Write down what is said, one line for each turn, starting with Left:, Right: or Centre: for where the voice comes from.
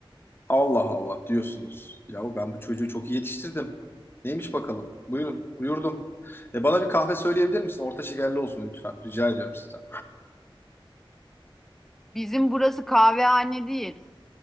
Left: Allah Allah diyorsunuz. Yahu ben bu çocuğu çok iyi yetiştirdim. Neymiş bakalım? Buyurun, buyurdum. E bana bir kahve söyleyebilir misin? Orta şekerli olsun lütfen. Rica ediyorum sizden.
Centre: Bizim burası kahvehane değil.